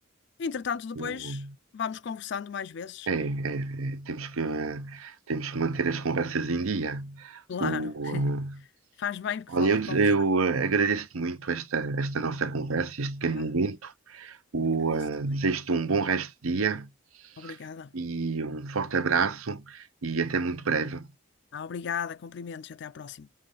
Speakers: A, on the left; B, on the right.
A: Entretanto, depois
B: O,
A: vamos conversando mais vezes.
B: é, é, é, temos que, eh, temos que manter as conversas em dia.
A: Claro.
B: O,
A: <laughs>
B: eh,
A: Faz bem que
B: olha,
A: falar,
B: eu,
A: conversar.
B: eu eh, agradeço-te muito esta, esta nossa conversa, este pequeno
A: Ah,
B: momento. O,
A: agradeço
B: eh,
A: também.
B: desejo-te um bom resto de dia
A: Obrigada.
B: E um forte abraço e até muito breve.
A: Ah, obrigada, cumprimentos, até à próxima.